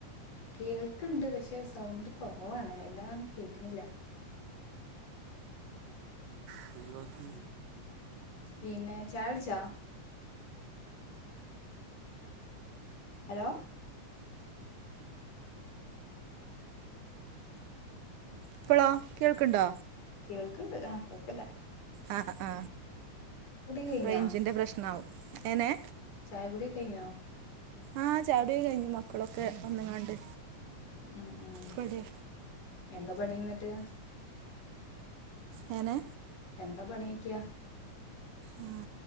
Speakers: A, on the left; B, on the right.
A: കേ കേൾക്കുണ്ട് പക്ഷേ സൗണ്ട് കുറവാണ് വല്ലാ കേൾക്കന്നില്ല.
B: <inaudible>
A: ഉം. പിന്നെ ചായടിച്ചോ? അലോ?
B: ഇപ്പോളാ കേൾക്ക്‌ണ്ടോ?
A: കേൾക്ക്‌ണ്ട് ആ കൊഴപ്പല്ല.
B: അ ആ
A: കഴിഞ്ഞോ
B: റേഞ്ചിന്റെ പ്രശ്ന ആവും ഏനെ
A: ചായ കുടി കെയ്ഞൊ?
B: ആ ചാടിക്കെഴിഞ്ഞു മക്കളൊക്കെ ഒന്ന്ങ്ങാണ്ട്
A: ഉം ഉം.
B: ബ്ടെ
A: എന്താ പണിന്നട്ട്.
B: എങനെ
A: എന്താ പണിക്കിയ.
B: ആ